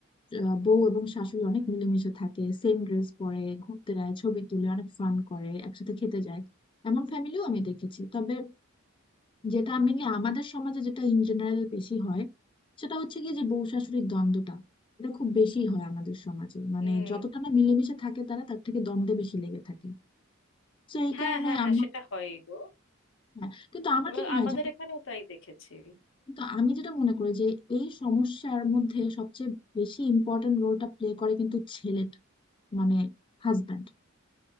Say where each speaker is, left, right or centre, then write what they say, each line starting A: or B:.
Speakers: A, on the left; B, on the left.
A: আহ, বউ এবং শাশুড়ি অনেক মিলেমিশে থাকে সেম ড্রেস পরে ঘুরতে যায় ছবি তুলে অনেক ফান করে একসাথে খেতে যায় এমন ফ্যামিলিও আমি দেখেছি তবে যেটা আমি নিয়ে আমাদের সমাজে যেটা ইন জেনারেল বেশি হয় সেটা হচ্ছে কি যে বউ শাশুড়ির দ্বন্দ্বটা এটা খুব বেশি হয় আমাদের সমাজে মানে
B: হুম
A: যতটা না মিলেমিশে থাকে তারা তার থেকে দ্বন্দ্বে বেশি লেগে থাকে তো এই
B: হ্যাঁ
A: কারণে
B: হ্যাঁ হ্যাঁ
A: আমার
B: সেটা হয় গো
A: হ্যাঁ, কিন্তু আমার
B: এবং
A: কি মনে
B: আমাদের
A: হয়
B: এখানেও তাই দেখেছি
A: তো আমি যেটা মনে করি যে এই সমস্যার মধ্যে সবচেয়ে বেশি ইম্পর্টেন্ট রোলটা প্লে করে কিন্তু ছেলেটা মানে হাজব্যান্ড